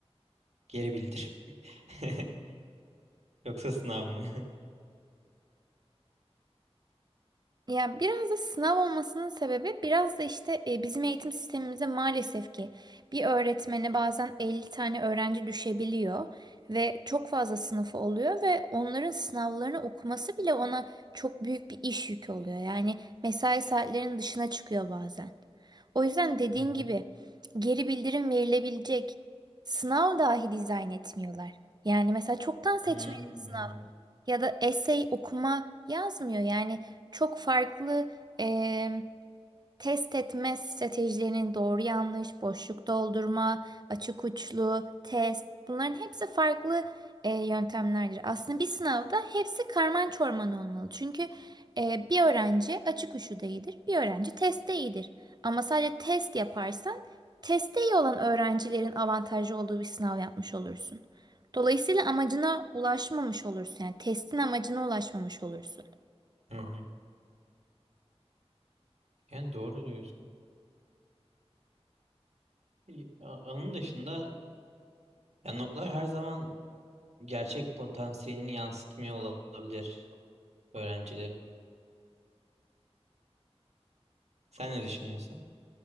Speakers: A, on the right; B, on the right.
A: geri bildirim. <laughs> Yoksa sınav mı?
B: Ya biraz da sınav olmasının sebebi biraz da işte e, bizim eğitim sistemimize maalesef ki bir öğretmene bazen 50 tane öğrenci düşebiliyor ve çok fazla sınıfı oluyor ve onların sınavlarını okuması bile ona çok büyük bir iş yükü oluyor. Yani mesai saatlerinin dışına çıkıyor bazen. O yüzden dediğin
A: <laughs>
B: gibi geri bildirim verilebilecek sınav dahi dizayn etmiyorlar. Yani mesela çoktan seçmeli
A: Hmm.
B: ya da essay okuma yazmıyor. Yani çok farklı em, Test etme stratejilerinin doğru yanlış, boşluk doldurma, açık uçlu, test bunların hepsi farklı e, yöntemlerdir. Aslında bir sınavda hepsi karman çorman olmalı. Çünkü e, bir öğrenci açık uçlu değildir, bir öğrenci testte iyidir. Ama sadece test yaparsan testte iyi olan öğrencilerin avantajlı olduğu bir sınav yapmış olursun. Dolayısıyla amacına ulaşmamış olursun. Yani testin amacına ulaşmamış olursun.
A: Hı hı. Yani doğru diyorsun. İyi, a- Onun dışında ya notlar her zaman gerçek potansiyelini yansıtmıyor olabilir öğrencilerin. Sen ne düşünüyorsun?